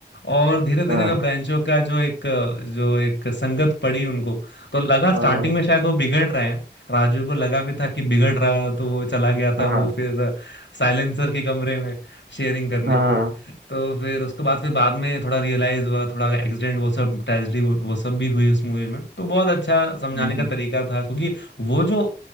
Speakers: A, on the left; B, on the right.
A: और धीरे धीरे
B: हाँ
A: जब ब्रांचों का जो एक जो एक संगत पड़ी उनको तो लगा स्टार्टिंग
B: हाँ
A: में शायद वो बिगड़ रहे हैं राजू को लगा भी था कि बिगड़ रहा है तो वो चला गया
B: हाँ
A: था वो फिर साइलेंसर के कमरे में शेयरिंग करने
B: हाँ
A: तो फिर उसके बाद फिर बाद में थोड़ा रियलाइज हुआ थोड़ा एक्सीडेंट वो सब ट्रेजेडी वो, वो सब भी हुई उस मूवी में तो बहुत अच्छा समझाने
B: हम्म,
A: का तरीका था क्योंकि वो जो